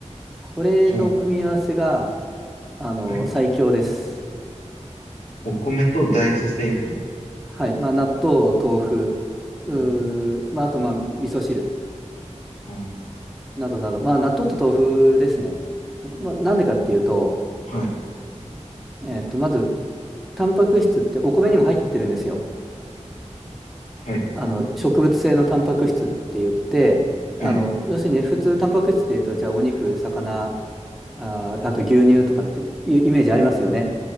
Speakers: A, in the centre; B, on the left.
A: これの組み合わせが、
B: ほう、
A: あの、
B: はい。
A: 最強です。
B: お米と大豆製品。
A: はい。まあ、納豆、豆腐、うー、
B: うん、
A: まあ、あと、まあ、味噌汁
B: うん
A: などなど。まあ、納豆と豆腐ですね。まあ、なんでかっていうと、
B: はい、
A: えっと、まず、タンパク質ってお米にも入ってるんですよ。
B: はい、
A: あの、植物性のタンパク質って言って、
B: はい、
A: あの、要するにね、普通タンパク質って言うと、じゃあ、お肉、魚、あー、あと牛乳とかっていうイメージありますよね。